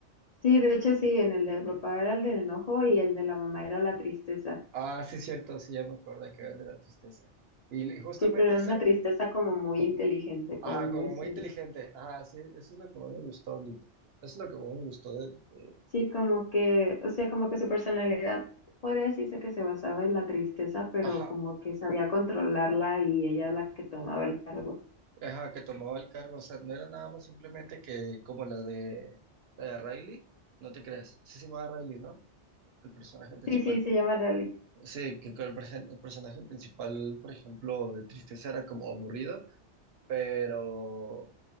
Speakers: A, on the left; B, on the right.
A: sí, de hecho sí, en el del papá era el del enojo y el de la mamá era la tristeza.
B: Ah, sí, es cierto, sí, ya me acuerdo que era el de la tristeza. Y, y justamente
A: Sí, pero era
B: ese,
A: una tristeza como muy inteligente, como
B: ajá,
A: muy
B: como
A: seria.
B: muy inteligente, ajá, sí, eso es lo que más me gustó, Nito. Eso es lo que más me gustó de, de-
A: Sí, como que, o sea, como que su personalidad podría decirse que se basaba en la tristeza, pero
B: Ajá,
A: como que sabía controlarla y ella era la que tomaba el cargo.
B: Ajá, que tomaba el cargo, o sea, no era nada más simplemente que como la de la de Riley, no te creas, sí se llamaba Riley, ¿no? El personaje principal.
A: Sí, sí, se llama Rally.
B: Sí, que que el, perso- el personaje principal, por ejemplo, de Tristeza era como aburrido, pero